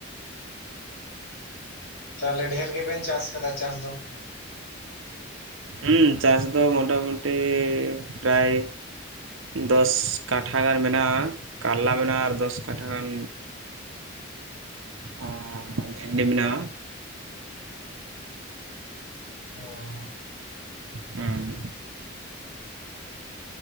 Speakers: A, on the left; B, on the right.
A: ᱛᱟᱦᱚᱞᱮ ᱰᱷᱮᱨ ᱜᱮᱵᱮᱱ ᱪᱟᱥ ᱠᱟᱫᱟ ᱪᱟᱥ ᱫᱚ?
B: ᱦᱩᱸ ᱪᱟᱥ ᱫᱚ ᱢᱳᱚᱴᱟᱢᱩᱴᱤ ᱯᱨᱟᱭ, ᱫᱚᱥ ᱠᱟᱴᱷᱟ ᱜᱟᱱ ᱢᱮᱱᱟᱜᱼᱟ ᱠᱟᱞᱞᱟ ᱢᱮᱱᱟᱜᱼᱟ ᱟᱨ ᱫᱚᱥ ᱠᱟᱴᱷᱟ ᱜᱟᱱ, ᱟ ᱵᱷᱮᱱᱰᱤ ᱢᱮᱱᱟᱜᱼᱟ᱾
A: ᱚ,
B: ᱦᱩᱸ,